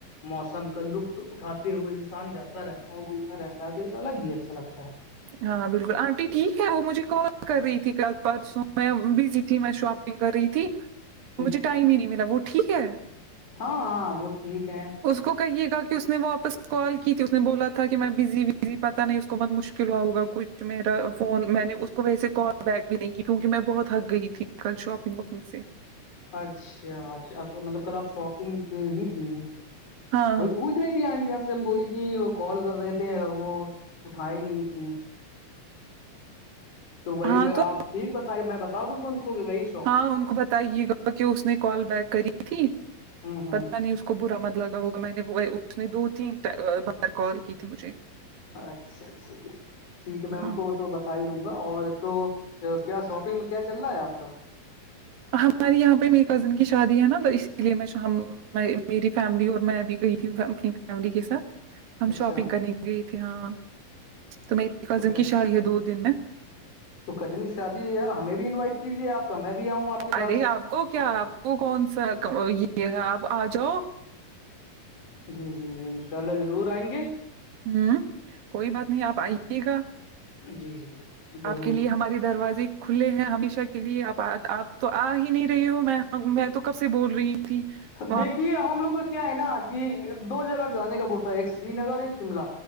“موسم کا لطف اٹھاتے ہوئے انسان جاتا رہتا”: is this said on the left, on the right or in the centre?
Left